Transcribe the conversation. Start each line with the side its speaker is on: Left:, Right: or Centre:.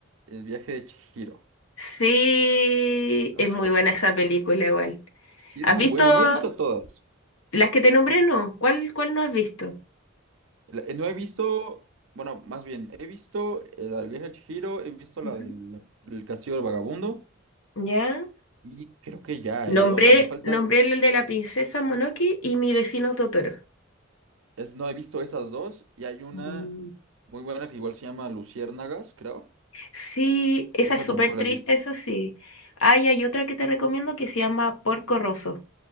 Right: El viaje de Chihiro.
Left: Sí,
Right: Perfecto.
Left: es muy buena esa película igual.
Right: Sí,
Left: ¿Has
Right: es muy
Left: visto
Right: bueno. No he visto todas,
Left: las que te nombré? No. ¿Cuál, cuál no has visto?
Right: La- eh, No he visto, bueno, más bien, he visto eh, la del viaje de Chihiro, he visto la
Left: Ujú.
Right: del la- el castillo del vagabundo
Left: ¿Ya?
Right: y creo que ya,
Left: Nombré,
Right: eh, o sea, me falta,
Left: nombré el de la princesa Monoki y mi vecino Totoro.
Right: es, no he visto esas dos y hay una
Left: Mm.
Right: muy buena que igual se llama Luciérnagas, creo.
Left: Sí, esa
Right: Esa
Left: es súper
Right: tampoco la
Left: triste,
Right: he visto.
Left: eso sí. Ay, hay otra que te recomiendo que se llama Porco Rosso,